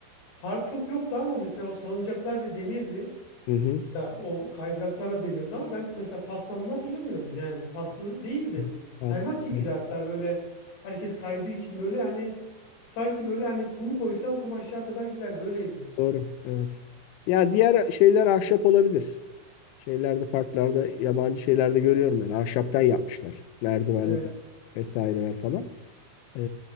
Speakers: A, on the left; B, on the left.
A: Park çok yoktu ama mesela o salıncaklar bile demirdi.
B: Hı hı.
A: Ya o kaydıraklar da demirdi ama ben mesela pastanını hatırlamıyorum. Yani paslı değildi.
B: Evet.
A: Kaymak gibiydi
B: Evet.
A: hatta böyle herkes kaydığı için böyle hani sanki böyle hani kumu koysan kum aşağı kadar gider böyleydi.
B: Doğru. Evet. Ya diğer şeyler ahşap olabilir. Şeylerde parklarda yabancı şeylerde görüyorum ben. Ahşaptan yapmışlar. Merdivenler
A: Evet.
B: vesaireler falan. Ee,